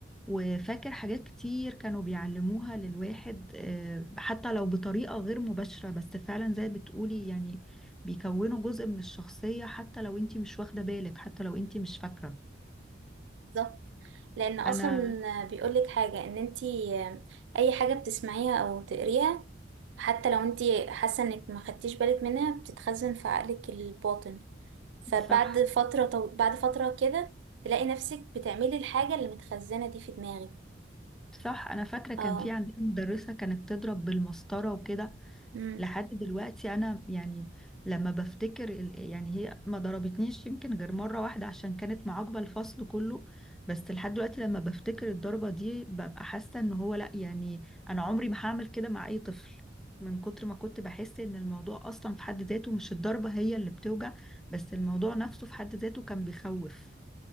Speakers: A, in the centre; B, on the right.
A: وفاكر حاجات كتير كانوا بيعلموها للواحد آه، حتى لو بطريقة غير مباشرة بس فعلا زي بتقولي يعني بيكونوا جزء من الشخصية حتى لو انتي مش واخدة بالك حتى لو انتي مش فاكرة
B: بالظبط لان اصلا
A: انا
B: بيقولك حاجه ان انتي اي حاجه بتسمعيها او تقريها حتى لو انتي حاسه انك ما خدتيش بالك منها بتتخزن في عقلك الباطن فبعد
A: صح
B: فترة طو... بعد فترة كده تلاقي نفسك بتعملي الحاجة اللي متخزنة دي في دماغك
A: صح انا فاكره كان
B: اه
A: في عندنا مدرسه كانت تضرب بالمسطره وكده
B: امم
A: لحد دلوقتي انا يعني لما بفتكر ال- يعني هي ما ضربتنيش يمكن غير مره واحده عشان كانت معاقبه الفصل كله بس لحد دلوقتي لما بفتكر الضربه دي ببقى حاسه ان هو لا يعني انا عمري ما هعمل كده مع اي طفل من كتر ما كنت بحس ان الموضوع اصلا في حد ذاته مش الضربه هي اللي بتوجع بس الموضوع نفسه في حد ذاته كان بيخوف